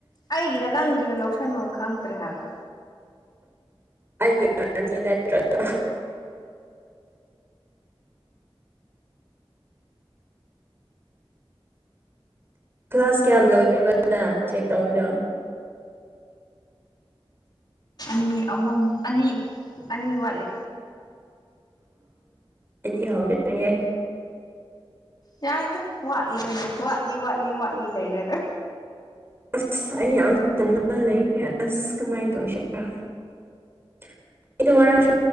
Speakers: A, on the left (about 45°); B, on the right (about 25°).
A: ꯑꯩꯒꯤꯔ ꯅꯪꯒꯤꯔ ꯂꯧꯁꯟꯕꯝ ꯈꯟꯐꯝ ꯈꯪꯗ꯭ꯔꯦ ꯍꯥꯏꯕ
B: ꯑꯩꯒꯤ ꯑꯣꯏꯔꯝꯅꯤ ꯅꯠꯇ꯭ꯔꯒ ꯀ꯭ꯂꯥꯁ ꯀꯌꯥꯝ ꯂꯣꯏꯈꯔ꯭ꯦꯕꯥ ꯅꯪ ꯆꯦꯛ ꯇꯧꯕꯗꯣ
A: ꯑꯅꯤ ꯑꯍꯨꯝ ꯑꯅꯤ ꯑꯅꯤ ꯋꯥꯠꯂꯤ
B: ꯑꯅꯤ ꯍꯧꯗꯔ꯭ꯤꯍꯦ
A: ꯌꯥꯏꯗ ꯋꯥꯠꯂꯤ ꯀꯩꯅꯣ ꯋꯥꯠꯂꯤ ꯋꯥꯠꯂꯤ ꯋꯥꯠꯂꯤ ꯂꯩꯔꯒ
B: ꯑꯁ ꯑꯩ ꯌꯥꯝ ꯇꯜꯂꯒ ꯂꯩꯈ꯭ꯔꯦ ꯑꯁ ꯀꯃꯥꯏꯅ ꯇꯧꯁꯤ ꯑꯩꯗꯣ ꯉꯔꯥꯡꯁꯨ